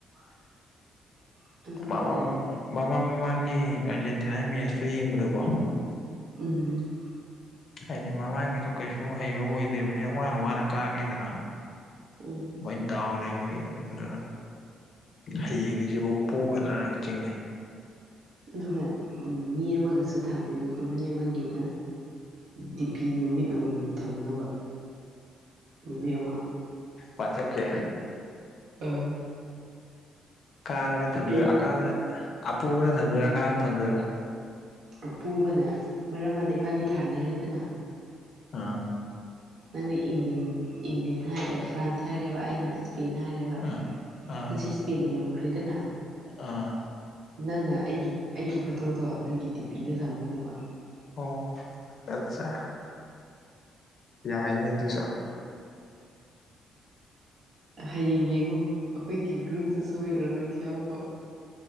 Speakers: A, on the right; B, on the left.
A: <unintelligible> ꯑꯗꯨꯒꯅꯦ
B: ꯃꯃꯥꯡ ꯃꯃ ꯃꯃꯥꯡ ꯃꯃꯥꯡꯒꯤ ꯑꯔꯖꯦꯟꯇꯤꯅꯥꯒꯤ ꯃꯦꯠꯁꯇꯣ ꯌꯦꯡꯕꯗꯀꯣ
A: ꯎꯝ
B: ꯍꯥꯏꯗꯤ ꯃꯃꯥꯡꯒꯤꯗꯣ ꯀꯩꯁꯨ ꯍꯩꯕ ꯑꯣꯏꯗꯦꯕꯅꯤꯅ ꯋꯥꯅ ꯋꯥꯅ ꯀꯥꯒꯤꯗꯅ
A: ꯎꯝ
B: ꯃꯣꯏ ꯗꯥꯎ ꯂꯩꯕꯒꯤ ꯑꯗꯨꯅ ꯍꯌꯦꯡꯒꯤꯖꯤꯕꯣꯛ ꯄꯣꯒꯗ꯭ꯔꯥꯅ ꯆꯤꯡꯅꯩ
A: ꯑꯗꯨꯒ ꯎꯝ ꯃꯤ ꯑꯃꯒꯁꯨ ꯊꯥꯅꯩ <unintelligible> ꯃꯤ ꯑꯃꯒꯤꯅ ꯗꯤꯄꯤ ꯅꯨꯃꯤꯠ ꯑꯃꯝꯃꯝ ꯊꯝꯅꯕ ꯅꯨꯃꯤꯠ ꯑꯃ
B: ꯋꯥꯆꯞꯀꯤ
A: ꯑꯥ
B: ꯀꯥꯔꯒ ꯊꯝꯗꯣꯏꯔꯥ
A: ꯑꯩ
B: ꯑꯀꯥꯕꯅ ꯑꯄꯣꯕꯅ ꯊꯝꯗꯣꯏꯔꯥ ꯑꯀꯥꯕꯅ ꯊꯝꯗꯣꯏꯔꯥ
A: ꯑꯄꯨꯕꯅ ꯃꯔꯝꯃꯗꯩ ꯏꯕꯅꯤ ꯊꯥꯅꯔꯤꯗꯅ
B: ꯑꯥ
A: ꯅꯪꯅ ꯏꯪꯂꯤꯟ ꯏꯪꯂꯦꯟ ꯍꯥꯏ ꯑꯦ ꯐ꯭ꯔꯥꯟꯁ ꯍꯥꯏꯔꯦꯕ ꯑꯩꯅ ꯁ꯭ꯄꯦꯟ ꯍꯥꯏꯔꯦ ꯕ
B: ꯑꯥ ꯑꯥ
A: ꯉꯁꯤ ꯁ꯭ꯄꯦꯟꯅ ꯉꯝꯈ꯭ꯔꯦꯗꯅ
B: ꯑꯥ
A: ꯅꯪꯅ ꯑꯩꯒꯤ ꯑꯩꯒꯤ ꯐꯣꯇꯣꯗꯣ ꯅꯪꯒꯤ ꯗꯤꯄꯤꯗ ꯊꯝꯒꯗꯧꯕ
B: ꯑꯣ ꯑꯠꯆꯥ ꯌꯥꯏꯅꯦ ꯑꯗꯨꯁꯨ
A: ꯍꯌꯦꯡ ꯌꯦꯡꯉꯨ ꯑꯈꯣꯏꯒꯤ ꯒ꯭ꯔꯨꯞꯇ ꯁꯣꯏꯔꯔꯣꯏ ꯌꯥꯎꯕ